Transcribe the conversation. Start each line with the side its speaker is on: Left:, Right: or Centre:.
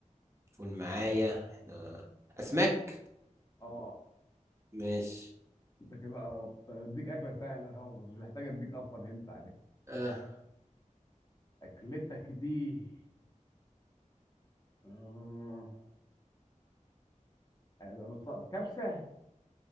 Right: قول معايا احنا أسماك
Left: اه
Right: ماشي
Left: انت كده قربت انا بديك اكله سهله خالص مش محتاج اديك اصلا هنت عليها
Right: آه
Left: اكلتك دي آه، أنا متص- كبسه